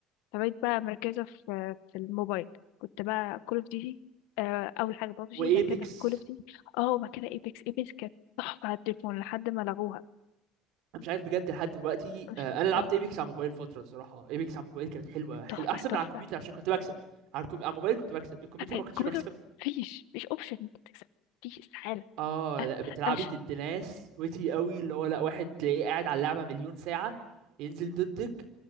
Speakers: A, on the left (about 85°); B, on the right (about 65°).
A: فبقيت بقى مركزة في في الموبايل كنت بقى كول اوف ديوتي آه، اول حاجة بابجي
B: وايبكس
A: بعد كده كول اوف ديوتي اه وبعد كده ايبكس ايبكس كانت تحفة على التليفون لحد ما لغوها
B: انا مش عارف بجد لحد دلوقتي
A: مش
B: آه، انا لعبت
A: ده
B: ايبكس على موبايل فترة الصراحة ايبكس على موبايل كانت حلوة حلو
A: تحفة
B: احسن
A: تحفة
B: من على الكمبيوتر عشان كنت بكسب على الكم... على الموبايل كنت بكسب الكمبيوتر
A: آه، الكمبيوتر
B: ما كنتش بكسب
A: مفيش مفيش اوبشن انت تكسب مفيش استحالة
B: اه
A: آه،
B: لا بتلعبي
A: انا ش-
B: ضد ناس ويتي قوي اللي هو لا واحد تلاقيه قاعد على اللعبه مليون ساعه ينزل ضدك